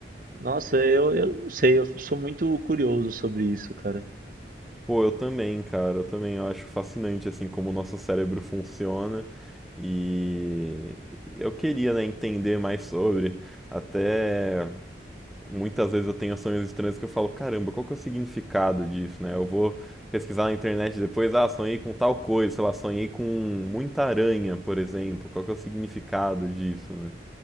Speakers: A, on the right; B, in the centre.
A: Nossa, eu, eu não sei, eu sou muito curioso sobre isso, cara.
B: Pô, eu também, cara. Eu também eu acho fascinante, assim, como o nosso cérebro funciona. E eu queria, né, entender mais sobre. Até muitas vezes eu tenho sonhos estranhos que eu falo, caramba, qual que é o significado disso, né? Eu vou pesquisar na internet depois, ah, sonhei com tal coisa, sei lá, sonhei com muita aranha, por exemplo. Qual que é o significado disso, né?